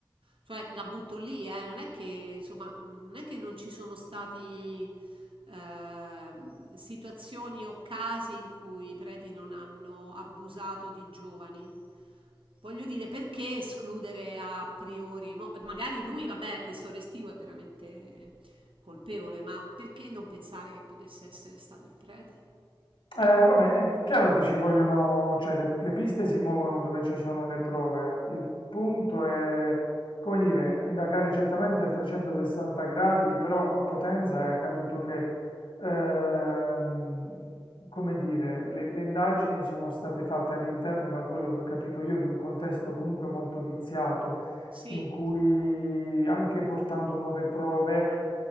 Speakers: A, on the right; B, on the left.
A: Cioè, la butto lì, eh, Non è che, insomma, mh, non è che non ci sono stati ehm, situazioni o casi in cui i preti non hanno abusato di giovani. Voglio dire, perché escludere a priori? Mo- magari lui, vabbè, questo restivo è veramente colpevole, ma perché non pensare che potesse essere stato il prete?
B: Eh, vabbè, è chiaro che ci vogliono, cioè le, le piste si muovono dove ci sono le prove. Il punto è, come dire, indagare certamente a 360 gradi, però a Potenza è accaduto che, ehm, come dire, le, le indagini sono state fatte all'interno, da quello che ho capito io, di un contesto comunque molto viziato,
A: Sì,
B: in cui anche portando nuove prove,